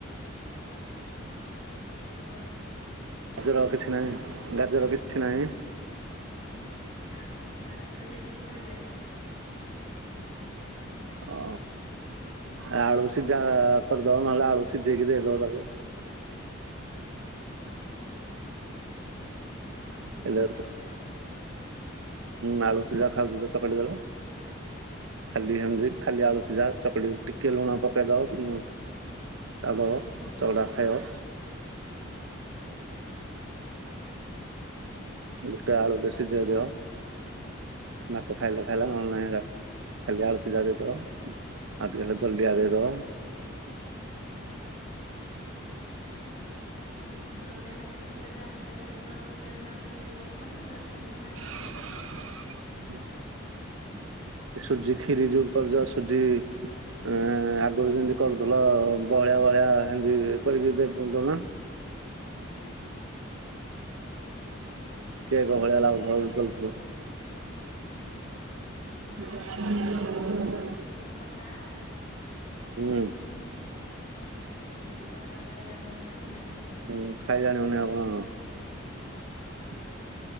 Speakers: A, on the left (about 40°); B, on the right (about 80°).
A: କର
B: ଗାଜର କିଛି ନାହିଁ ଗାଜର କିଛି ନାହିଁ?
A: ନା ଗାଜର ବିଟ୍ ସରିଯାଇଛି।
B: ଓ ଆଳୁ ସିଝା କରିଦବ ନହେଲେ ଆଳୁ ସିଝେଇକି ଦେଇଦବ ତାକୁ।
A: ହୁଁ। ଆଳୁ ସିଯା
B: ହେଲେ
A: ଖାଇବା କି ନାଇଁ।
B: ହୁଁ ଆଳୁ ସିଯା ଖାଉଚି ତ ଚକଟିଦେଲେ। ଖାଲି ହେମତି ଖାଲି ଆଳୁସୀଯା ଚକଡିକି ଟିକେ ଲୁଣ ପକେଇଦବ ଉ ତାଗ ଚଉଡ଼ା ଖାଇବ। ଗୋଟେ ଆଳୁଟେ ସିଝେଇ ଦିଅ ଭାତ ଖାଇଲେ ଖାଇଲ ନହେଲେ ନାହିଁ ରା କାଲି ଆଳୁ ସିଜା ଦେଇଦବ ଆଉ ଟିକେ ସେ ଦଲିଆ ଦେଇଦବ।
A: ଦଲିଆ ହେମତି କଲେ ଗାଜର ଫାଜର ଥିଲେ ସିନା ପକେଇକି କରିଥାନ୍ତେ ଗାଜର ତ ନାଇଁ।
B: ଉଁ ଏ ସୁଜି ଖିରି ଯୋଉ କରୁଚ ସୁଜି ଏଁ ଆଗୁରୁ ଯେମତି କରୁଥୁଲ ବହଳିଆ ବହଳିଆ ହେମତି କରିକି ଦେ ଦୋଉନ। କେକ୍ ଭଳିଆ
A: ସୁଜି
B: ଲାଗୁଥବ ଯେ ଦଉଥୁବ। <inaudible>
A: ସୁଜି କଟା?
B: ହୁଁ।
A: ସୁଜି କଟା ଖାଇ ଜାଣିବ କି ନାଇଁ କେଜାଣି?
B: ହୁଁ ଖାଇ ଜାଣିବନେଇ ଆଉ କଣ